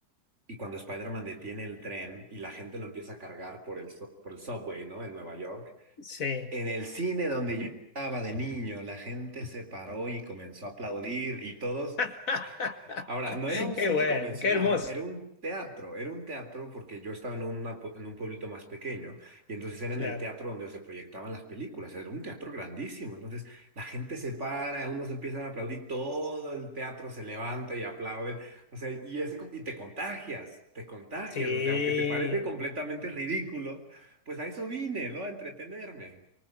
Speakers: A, on the right; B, on the left.
A: y cuando Spider-Man detiene el tren y la gente lo empieza a cargar por el, su- por el subway, ¿no? En Nueva York.
B: sí.
A: En el cine donde yo estaba de niño, la gente se paró y comenzó a aplaudir y todos
B: <laughs>
A: Ahora, no era un
B: Qué
A: cine
B: bueno,
A: convencional,
B: qué hermoso.
A: era un teatro, era un teatro porque yo estaba en, una pu- en un pueblito más pequeño y entonces era
B: Claro.
A: en el teatro donde se proyectaban las películas, era un teatro grandísimo, entonces la gente se para, unos empiezan a aplaudir, todo el teatro se levanta y aplauden, o sea, y, ese, co- y te contagias, te contagias,
B: Sí,
A: o sea, aunque te parece completamente ridículo, pues a eso vine, ¿no? A entretenerme.